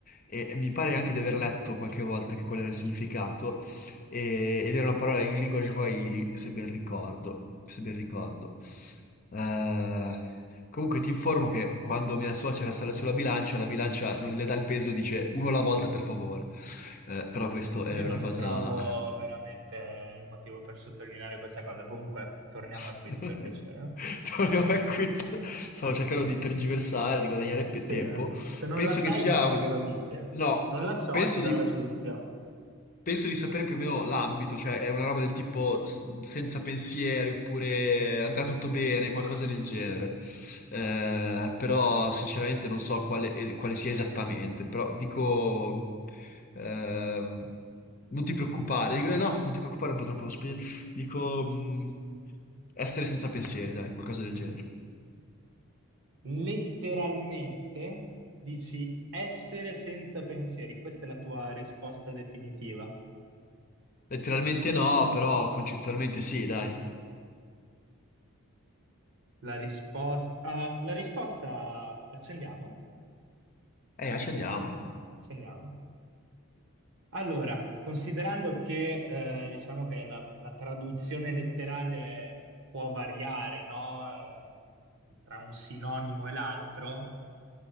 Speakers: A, on the left; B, on the right.
A: e mi pare anche di aver letto qualche volta che qual era il significato e- ed era una parola in lingua swahili, se ben ricordo, se ben ricordo. Eh, Comunque ti informo che quando mia suocera sale sulla bilancia, la bilancia non le dà il peso e dice uno alla volta per favore. Eh, però questo è
B: Io
A: una
B: non
A: cosa...
B: trovo veramente il motivo per sottolineare questa cosa. Comunque, torniamo
A: <laughs>
B: al quiz per piacere. eh?
A: Torniamo al quiz. Stavo
B: Per piacere.
A: cercando di tergiversare, di guadagnare pe-
B: Se,
A: tempo.
B: se non
A: Penso
B: la sai,
A: che sia
B: basta
A: un...
B: che lo dici. eh.
A: No,
B: Non la so,
A: penso
B: ti do
A: di
B: la soluzione.
A: Penso di sapere più o meno l'ambito, cioè è una roba del tipo s- senza pensieri oppure andrà tutto bene, qualcosa del genere. Eh, però sinceramente non so quale, eh, quale sia esattamente, però dico... ehm, non ti preoccupare, dico, eh, no, non ti preoccupare, è un po' troppo... spe- Dico... mh, essere senza pensieri, dai, qualcosa del genere.
B: Letteralmente dici essere senza pensieri. Questa è la tua risposta definitiva.
A: Letteralmente no, però concettualmente sì, dai.
B: La risposta, ah, la risposta l'accendiamo?
A: Eh, accendiamola.
B: Accendiamo. Allora, considerando che eh, diciamo che la, la traduzione letterale può variare, no? Eh, tra un sinonimo e l'altro,